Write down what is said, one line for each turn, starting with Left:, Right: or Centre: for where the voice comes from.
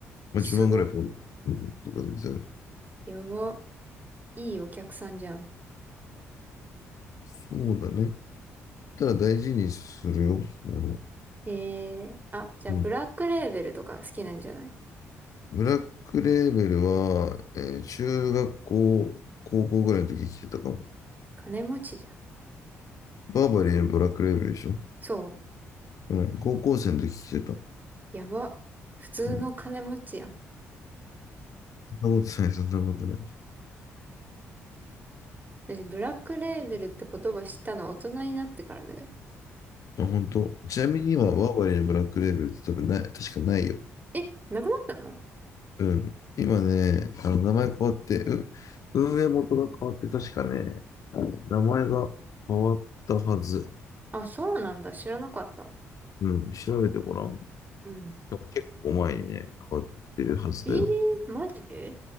Left: まあ、
Right: すご。
Left: 10万ぐらいポンとかで出る。
Right: やば。いいお客さんじゃん。
Left: そうだね。ただ大事にするよ、もの。
Right: へえあ、じゃあ、
Left: うん
Right: ブラックレーベルとか好きなんじゃない
Left: ブラックレーベルは、えー中学校、高校ぐらいの時着てたかも。
Right: 金持ちじゃん。
Left: バーバリーのブラックレーベルでしょ
Right: そう。
Left: うん、高校生の時着てた。
Right: やば。普通の金持ちやん。
Left: うん、そんなことない、そんなことない。
Right: 私、ブラックレーベルって言葉知ったの大人になってからだよ。
Left: あ、本当。ちなみに今、
Right: うん
Left: ワーバリーのブラックレーベルって多分ない、確かないよ。
Right: え、なくなったの
Left: うん。今ね、あの、名前変わって、う、運営元が変わって、確かね、名前が変わったはず。
Right: あ、そうなんだ。知らなかった。
Left: うん。調べてごらん。
Right: うん。
Left: 結構前にね、変わってるはずだよ。
Right: えーマジで